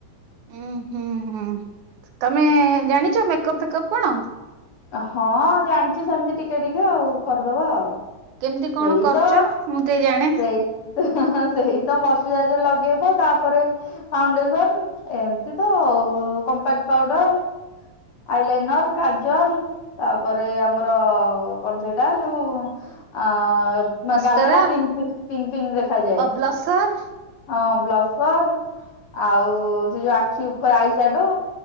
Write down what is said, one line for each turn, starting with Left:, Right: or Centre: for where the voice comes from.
Right: ଉୁଁ -ହୁଁ -ହୁଁ ତମେ ଜାଣିଛ ମେକପ ଫେକପ କଣ?
Left: ହଁ ଜାଣିଛି ସେମିତି ଟିକେ ଟିକେ ଆଉ, କରିଦବା ଆଉ।
Right: କେମିତି କଣ
Left: ସେଇ
Right: କରୁଛ
Left: ତ
Right: ମୁଁ ଟିକେ ଜାଣେ
Left: ସେଇ ସେଇ ତ ମଶ୍ଚୁରାଇଜର ଲଗେଇବ ତାପରେ ଫାଉଣ୍ଡେସନ ଏମିତି ତ, compact powder, I line kajal, ତାପରେ ଆମର କଣ ସେଇଟା ଯୋଉ ଆ
Right: ମସ୍କରା
Left: ନା ଗାଲ ଟା ପିଙ୍କ ପିଙ୍କ ପିଙ୍କ ଦେଖାଯାଏ।
Right: ଆଉ ବ୍ଲସର
Left: ହଁ ବ୍ଲସ୍ ସ୍ ର ଆଉ ସେ ଯୋଉ ଆଖି ଉପରେ, ଆଇ ସାଡୋ।